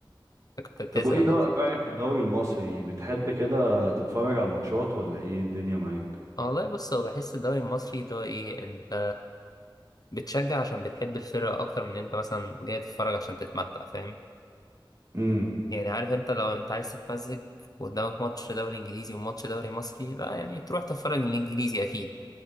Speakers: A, on the left; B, on the right.
A: كنت هتسأل
B: طب وايه ده
A: بس
B: إيه رايك في الدوري المصري بتحب كده تتفرج على الماتشات ولا ايه الدنيا معاك
A: آه، والله بص هو بحس الدوري المصري اللي هو ايه انت بتشجع عشان بتحب الفرقة اكتر من انت مثلا جاي تتفرج عشان تتمتع فاهم
B: امم
A: يعني عارف انت لو انت عايز تتمزج وقدامك ماتش دوري انجليزي وماتش دوري مصري لا يعني تروح تتفرج الانجليزي اكيد